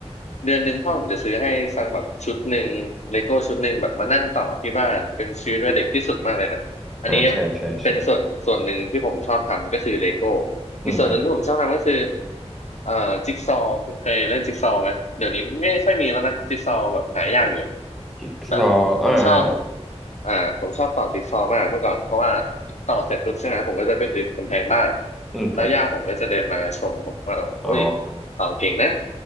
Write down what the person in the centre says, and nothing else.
อ่าใช่ใช่ใช่อืมครับ
จิ๊กซอว์อ่าอ่าอ่า
อืมครับ
อ๋อ